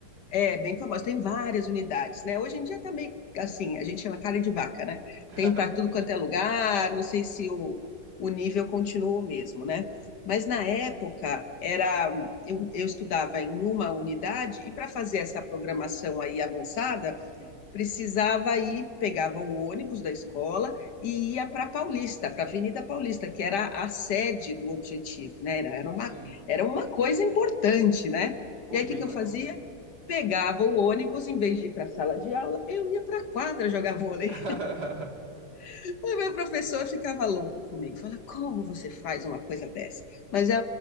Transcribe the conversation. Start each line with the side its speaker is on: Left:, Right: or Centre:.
Left: É, bem famosa, tem várias unidades, né? Hoje em dia tá meio assim, a gente chama carne de vaca, né?
Right: <laughs>
Left: Tem para tudo quanto é lugar, não sei se o, o nível continua o mesmo, né? Mas na época era eu, eu estudava em uma unidade e para fazer essa programação aí avançada,
Right: Sim,
Left: precisava ir, pegava o ônibus da escola e ia para Paulista, para a Avenida Paulista, que era a sede do objetivo, né? Era, era
Right: sim.
Left: uma, era uma coisa importante, né?
Right: Pô,
Left: E aí
Right: bem
Left: o que que eu
Right: legal.
Left: fazia? Pegava o ônibus, em vez de ir para a sala de aula, eu ia para a quadra jogar vôlei.
Right: <laughs>
Left: <laughs> O meu professor ficava louco comigo, fala, como você faz uma coisa dessa? Mas é